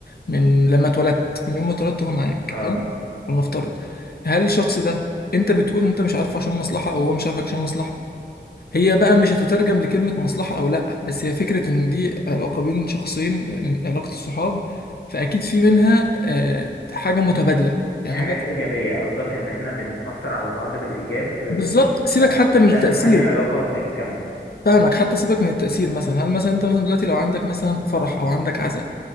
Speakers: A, on the left; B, on the left.
A: من لما اتولدت من يوم ما اتولدت هو معاك
B: اه
A: حلو ولنفترض هل الشخص ده انت بتقول انت مش عارفه عشان مصلحه او هو مش عارفك عشان مصلحه هي بقى مش هتترجم لكلمه مصلحه او لا بس هي فكره ان دي علاقه بين شخصين إن علاقه الصحاب فاكيد في منها آه، حاجه متبادله يعني
B: حاجات
A: مثلا ماشي
B: ايجابية قصدك ان احنا بنأثر على بعض بالايجاب آه،
A: بالظبط سيبك
B: فده
A: حتى من التاثير
B: اللي مخلي العلاقة تكمل
A: فاهمك حتى سيبك من التاثير مثلا هل مثلا انت مثلا دلوقتي لو عندك مثلا فرح او عندك عزاء